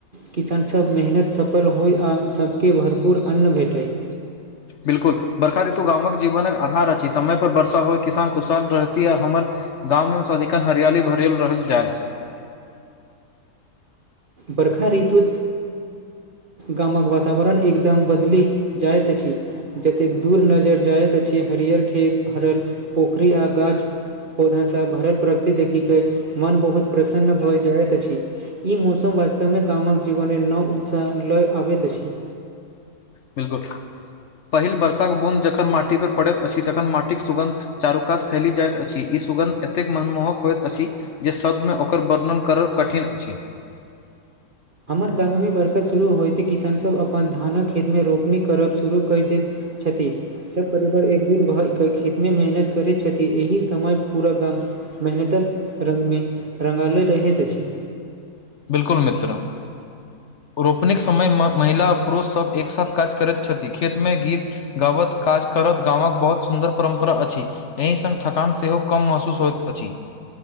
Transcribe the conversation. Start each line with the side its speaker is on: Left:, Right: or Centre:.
Right: किसानसभ मेहनत सफल होइ आ सबके भरपूर अन्न भेटय
Left: बिल्कुल बरखा ऋतु गामक जीवन एक आधार अछि समय पर वर्षा होइ किसान खुशहाल रहती आ हमर गाम मे सदिकन हरियाली भरियल रहल जैत
Right: बर्खा ऋतु गामक वातावरण एकदम बदलि जाइत अछि जतेक दूर नज़र जाइत अछि हरियर खेत हरहर पोखरि आ गाछ पौधा सा भरल प्रकृति देखिक के मन बहुत प्रसन्न भए जाइत अछि ई मौसम वास्तवमे गामक जीवनमे नओ उत्साह लय आबैत अछि
Left: बिल्कुल पहिल वर्षाके बुंद जखन माटी पर पड़ैत अछि तखन माटिक सुगन्ध चारुकात फैली जाइत अछि ई सुगन्ध एतेक मनमोहक होइत अछि जे शदमे ओकर वर्णन करब कठिन अछि
Right: हमर गाममे बरखा शुरू होय त किसानसभ अपन धानक खेतमे रोपनी करब शुरू क देैत क्षति सब परिवार एकजुट भ क खेत मे मेहनत करै छथि एहि समय पूरा गाम मेहनतक रङ्गमे रङ्गालैत रहैत अछि
Left: बिल्कुल मित्र रोपन समय महिला आ पुरुष सभ एकसथ काज करैत छथि खेतमे गीत गवत काज करत गाँवक बहुत सुन्दर परंम्परा अछि एहि सङ्ग थकान सेहो कम महसूस होइत अछि